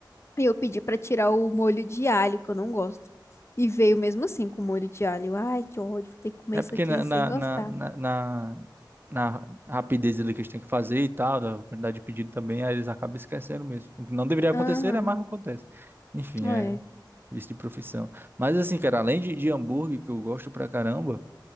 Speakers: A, on the left (about 35°); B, on the right (about 25°).
A: E eu pedi pra tirar o molho de alho, que eu não gosto. E veio mesmo assim com molho de alho. Ai, que ódio, vou ter que comer
B: É
A: isso
B: porque
A: aqui
B: na,
A: sem
B: na,
A: gostar.
B: na, na, na- na rapidez ali que eles têm que fazer e tal, da quantidade de pedido também, aí eles acabam esquecendo mesmo. O que não deveria acontecer
A: Aham,
B: é mais que acontece. Enfim,
A: é.
B: é vício de profissão. Mas assim, cara, além de, de hambúrguer, que eu gosto pra caramba,